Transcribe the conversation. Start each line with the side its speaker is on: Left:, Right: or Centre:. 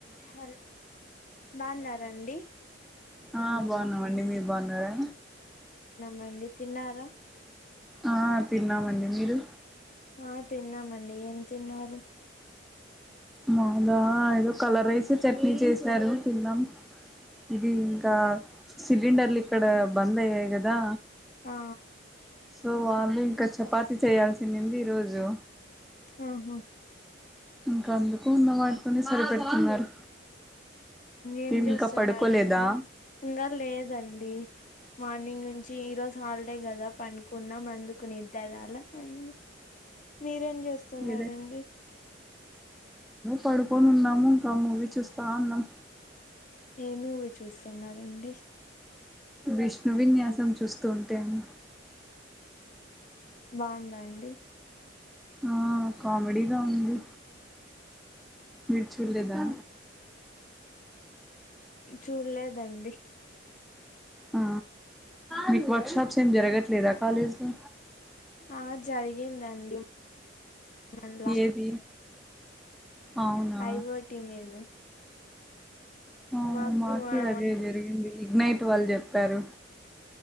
Left: hello బాగున్నారా అండి
Centre: ఆ బాగున్నామండి మీరు బాగున్నారా
Left: మండి తిన్నారా
Centre: ఆ తిన్నామండి మీరు
Left: ఆ తిన్నామండి ఏం తిన్నారు
Centre: మాదా ఏదో కలరేసి చట్నీ చేసారు తిన్నాం ఇది ఇంకా సిలిండర్లు ఇక్కడ బంద్ అయ్యాయి కదా
Left: ఆ
Centre: సో వాళ ఇంకా చపాతి చేయయాల్సిందింది ఈ రోజు
Left: ఆహా
Centre: ఇంకా అందుకు ఉన్న వాటితోనే సరిపెడుతున్నారు
Left: ఏం
Centre: మేము
Left: చేస్తున్నారండి
Centre: ఇంకా పడుకోలేదా
Left: ఇంకా లేదండి మార్నింగ్ నుంచి ఈ రోజు హాలిడే కదా పనుకున్నా అందుకు నిద్ర రాలే నిద్దర అ మీరేం చేస్తున్నారంండి
Centre: లేద పడుకోనున్నాము ఇంకా మూవీ చూస్తా ఉన్నాం
Left: ఏమి ఊరు చూస్తున్నారంండి
Centre: విష్ణు విన్యాసం చూస్తూ ఉంటేను
Left: బాగుందా అండి
Centre: ఆ కామెడీగా ఉంది మిరుచూలేదా
Left: చూడలేదండి
Centre: ఆ మీకు వర్ షాప్స్ ఏం జరగట్లేదా కాలేజ్ లో
Left: ఆ జరిగిందండి మ
Centre: ఏది అవునా
Left: ఐ వో టీ మీద
Centre: ఆ
Left: మాకు
Centre: మాకే అదే
Left: అంటే
Centre: జరిగింది ఇగ్నైట్ వాళ్ళు చెప్పారు